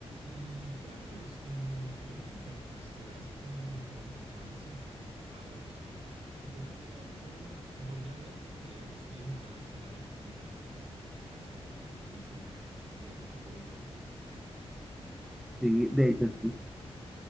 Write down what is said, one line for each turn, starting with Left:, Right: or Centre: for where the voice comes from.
Right: Y Carlos, eh, quería consultarte, este, ¿has tenido algún juego de la infancia o juegos pasados? O... Porque una vez yo, yo volví a ver eh, en Steam el Galaxy Live y me recordó a mi infancia en, los jue- en Facebook. No sé si has visto juegos de Facebook, los
Centre: Sí,
Right: juegos
Centre: de
Right: de Facebook
Centre: hecho,
Right: que habían.
Centre: sí.